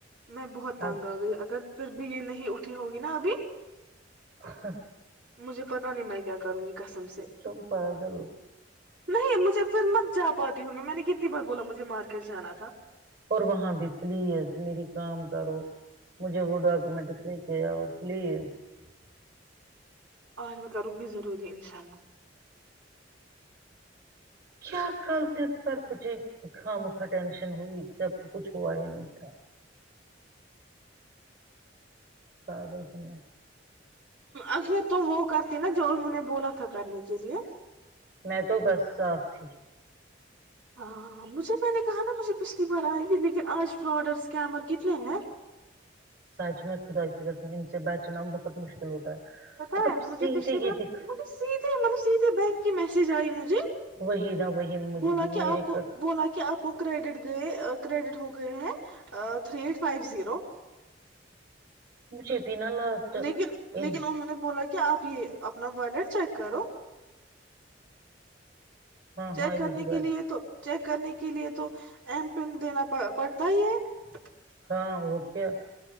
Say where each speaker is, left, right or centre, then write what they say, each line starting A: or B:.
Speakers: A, on the right; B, on the right.
A: میں بہت تانگا
B: اب
A: گی اگر پھر بھی یہ نہیں اٹھی ہوگی نا ابھی <unintelligible>
B: ہ <unintelligible>
A: مجھے پتا نہیں <unintelligible> کروں گی کسم سے
B: تم پاگل ہو
A: نہیں مجھے پھر مت جا پاتی ہوں میں میں نے کتنی <unintelligible> بات بولا مجھے مارکیٹ سے آنا تھا <unintelligible>
B: اور وہاں بھی پلیز میری کام کرو مجھے وہ ڈاکومینٹس لے کے آؤ پلیز <unintelligible>
A: آج میں کروں گی ضروری انشاء اللہ <unintelligible>
B: کیا کالتی <unintelligible> گھر پچے خا مکھا ٹشن ہوئی ج <unintelligible> کچھ ہوا ہی نہیں تھا <unintelligible> سار دل کا <unintelligible>
A: اگرر تو وہ کرتی نا جو انہوں نے بولا تھا کرنے کے لیے <unintelligible>
B: میں تو بس صاف تھی <unintelligible>
A: ہاں مجھے میں نے کہا نا مجھے پچھلی بار آئے گی لیکن آج پراڈرس کیمر کتنے ہیں <unintelligible>
B: سچ میں خدا کی رسم ان سے بچنا بہت مشکل ہوتا ہے <unintelligible>
A: پتا
B: مطلب
A: ہے
B: سیدھے
A: مجھے پچھلی بار
B: یہ دکھ
A: م سیدھے مطلب سیدھے ب <unintelligible> کہ میسیج آئیجت <unintelligible> جی
B: وہی نہ وہی مجھے
A: بولا کہ
B: میرے
A: آپ کو
B: کا
A: بولا کہ آپ کو کریڈٹ گئے کریڈٹ ہوگ <unintelligible> تھ ایٹ فو ز <unintelligible>
B: مجھے بھی نا لاسٹ
A: لیکن
B: ان
A: لیکن انہوں نے بولا کہ <unintelligible> کیا آپ یہ اپنا والیٹ چیک کرو <unintelligible>
B: ہاں
A: چیک
B: ہاں
A: کرنے
B: یہی بات
A: کے لیے تو <unintelligible> چیک کرنے کے لیے تو ایم پن دینا پڑتا ہی ہے <unintelligible>
B: ہاں اٹ کے <unintelligible>